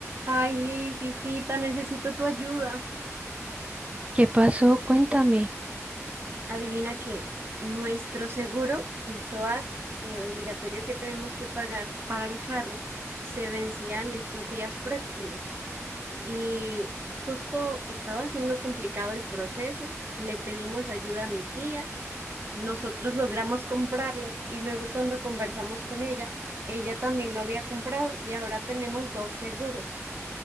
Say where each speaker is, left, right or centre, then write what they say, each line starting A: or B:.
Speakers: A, on the right (about 45°); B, on the right (about 25°).
A: Ay, hey, visita, necesito tu ayuda.
B: ¿Qué pasó? Cuéntame.
A: Adivina que nuestro seguro, el SOAT, eh, obligatorio que tenemos que pagar para el carro, se vencía en estos días próximos. Y justo estaba siendo complicado el proceso, le pedimos ayuda a mi tía, nosotros logramos comprarlo y luego cuando conversamos con ella, ella también lo había comprado y ahora tenemos dos seguros.